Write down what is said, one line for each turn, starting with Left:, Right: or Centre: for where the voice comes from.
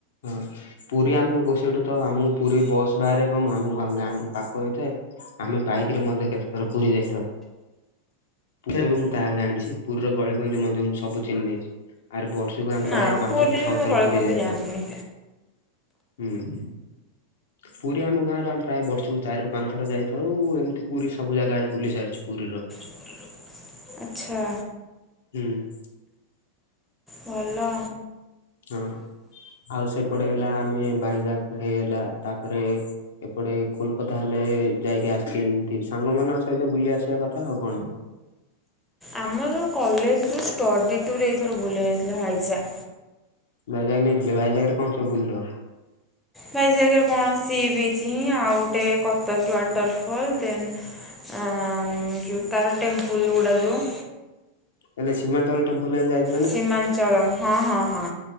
Left: ହଁ। ପୁରୀ ଆମ ସେଇଠୁ ତ ଆମ ପୁରୀ ବସ୍ ବାହାରେ ଏବଂ ଆମ ଗାଁ ରୁ ପାଖ ହେଇଥାଏ। ଆମେ ବାଇକ୍ ରେ ମଧ୍ୟ କେତେ ଥର ପୁରୀ ଯାଇଥାଉ। ତେବେ ମୁଁ ଯାହା ଜାଣିଚି ପୁ ଗଳି କାନ୍ଦି ମଧ୍ୟ ମୁଁ ସବୁ ଚିହ୍ନ ଦେଇଛି। ଆର୍ ବର୍ଷକୁ ଆମ
Centre: ନା
Left: ପ୍ରାୟ ପାଞ୍ଚ
Centre: ପୁରୀରେ
Left: ରୁ ଛଅ
Centre: ମୁଁ
Left: ଥର
Centre: ଗଳିକନ୍ଦି
Left: ପୁରୀ ଯାଇଥାଉ
Centre: ଜାଣିନି।
Left: ହୁଁ। ପୁରୀ ଆମ ଗାଁ ରୁ ଆମେ ପ୍ରାୟ ବର୍ଷକୁ ଚାରିରୁ ପାଞ୍ଚ ଥର ଯାଇଥାଉ। ଏମିତି ପୁରୀ ସବୁ ଜାଗା ବୁଲି ସାରିଚୁ ପୁରୀର।
Centre: <inaudible> ଆଚ୍ଛା।
Left: ହୁଁ।
Centre: ଭଲ।
Left: ହଁ, ଆଉ ସେପଟେ ହେଲା ଆମେ ଭାଇଜାଗ ହେଲାଆଇଲା ତାପରେ ଏପଟେ କୋଲକାତା ହେଲେ ଯାଇକି ଆସିଛି ଏମିତି ସାଙ୍ଗମାନଙ୍କ ସହିତ ବୁଲି ଆସିବା କଥା ଆଉ କ'ଣ।
Centre: ଆମର କଲେଜରୁ ସ୍ଟଡି ଟୁର୍ ଏଇଥର ବୁଲେଇ ନେଇଥିଲେ ଭାଇଜା
Left: ଭାଇଜାଗ ନେଇଥିଲେ, ଭାଇଜାଗରେ କ'ଣ ସବୁ ବୁଲିଲ?
Centre: ଭାଇଜାଗରେ କ'ଣ ସି ବିଚ ହିଁ ଆଉ ଗୋଟେ କତକୀ ୱାଟର ଫଲ ଦେନ୍ ଆଁ ଯୋଉ ତାର ଟେମ୍ପୁଲ ଗୁଡା ଯୋଉ।
Left: ହେଲେ ସୀମାନ୍ତଳ <inaudible> ଯାଇ
Centre: ସୀମାଞ୍ଚଳମ୍ ହଁ, ହଁ, ହଁ।